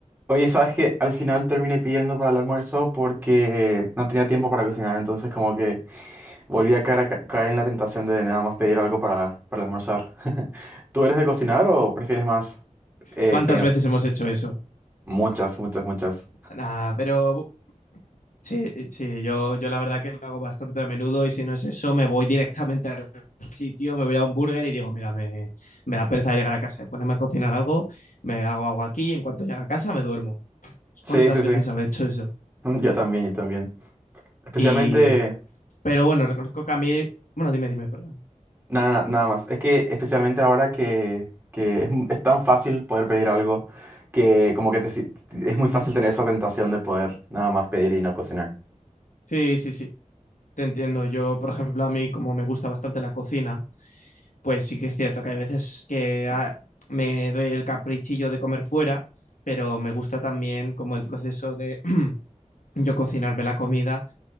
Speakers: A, on the right; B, on the left.
A: Oye, ¿sabes qué? Al final terminé pidiendo para el almuerzo porque no tenía tiempo para cocinar, entonces como que volví a caer, a ca- caer en la tentación de nada más pedir algo para, para almorzar. <laughs> ¿Tú eres de cocinar o prefieres más eh,
B: ¿Cuántas
A: pedir?
B: veces hemos hecho eso?
A: Muchas, muchas, muchas.
B: Nah, pero sí, sí, yo, yo la verdad que lo hago bastante a menudo y si no es eso, me voy directamente al sitio, me voy a un burger y digo, mira, me, me da pereza llegar a casa y ponerme a cocinar algo, me hago agua aquí y en cuanto llego a casa me duermo.
A: Sí,
B: ¿Cuántas
A: sí,
B: veces
A: sí.
B: habré hecho eso?
A: <laughs> Yo también, yo también. Especialmente,
B: Y, pero bueno, reconozco que a mí, bueno, dime, dime, perdón.
A: nada, nada, nada más. Es que especialmente ahora que, que es, m- es tan fácil poder pedir algo que como que te si- es
B: Ujú.
A: muy fácil tener esa tentación de poder nada más pedir y no cocinar.
B: Sí, sí, sí, te entiendo. Yo, por ejemplo, a mí como me gusta bastante la cocina, pues sí que es cierto que hay veces que ah, me doy el caprichillo de comer fuera, pero me gusta también como el proceso de <clears throat> yo cocinarme la comida